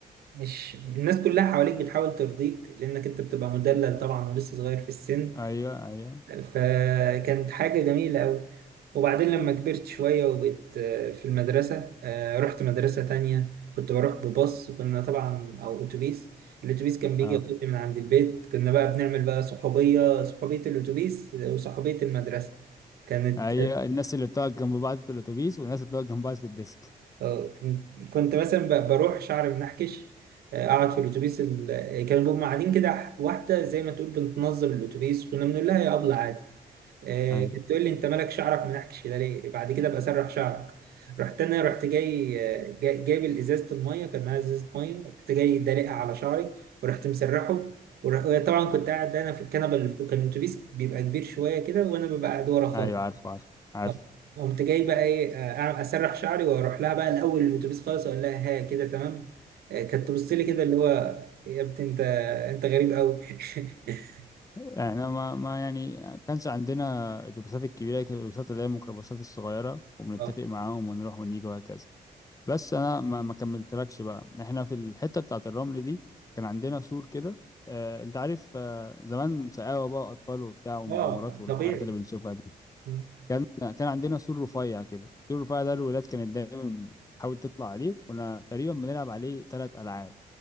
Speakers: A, on the right; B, on the left.
A: مش الناس كلها حواليك بتحاول ترضيك لأنك أنت بتبقى مدلل طبعا ولسه صغير في السن
B: ايوه ايوه
A: فكانت حاجة جميلة أوي وبعدين لما كبرت شوية وبقيت آه، في المدرسة آه، رحت مدرسة تانية كنت بروح بباص كنا طبعا أو أتوبيس الأتوبيس كان بيجي
B: اه
A: ياخدني من عند البيت كنا بقى بنعمل بقى صحوبية صحوبية الأتوبيس وصحوبية المدرسة كانت
B: ايوه الناس اللي بتقعد جنب بعض في الاتوبيس والناس اللي بتقعد جنب بعض في الديسك
A: اه كنت كنت مثلا ب- بروح شعري منحكش آه، اقعد في الاتوبيس ال- آه، كانوا بيبقوا قاعدين كده ح- واحده زي ما تقول بنتنظم الاتوبيس كنا بنقول لها يا ابله عادي آه،
B: ايوه
A: كانت تقول لي انت مالك شعرك منحكش كده ليه بعد كده بقى سرح شعرك رحت انا رحت جاي آه، جاي- جايب ازازه الميه كان معايا ازازه ميه رحت جاي دلقها على شعري ورحت مسرحه ورح... طبعا كنت قاعد انا في الكنبه اللي في... كان الاتوبيس بيبقى كبير شويه كده وانا ببقى قاعد ورا خالص
B: ايوه عارف عارف عارف
A: طب قمت جاي بقى ايه آه، أعمل- اسرح شعري واروح لها بقى الاول الاتوبيس خالص اقول لها ها كده تمام آه، كانت تبص لي كده اللي هو يا ابني انت انت غريب قوي <laughs>
B: احنا ما, ما يعني كانش عندنا الاتوبيسات الكبيره كانت الاتوبيسات اللي هي الميكروباصات الصغيره وبنتفق
A: اه
B: معاهم ونروح ونيجي وهكذا بس انا ما, ما كملتلكش بقى احنا في الحته بتاعه الرمل دي كان عندنا سور كده اه انت عارف اه زمان شقاوه بقى اطفال وبتاع ومغامرات
A: اه
B: والحاجات
A: طبيعي
B: اللي بنشوفها دي
A: مم.
B: كان كان عندنا سور رفيع كده السور الرفيع ده الولاد كانت دايما بتحاول تطلع عليه كنا تقريبا بنلعب عليه ثلاث العاب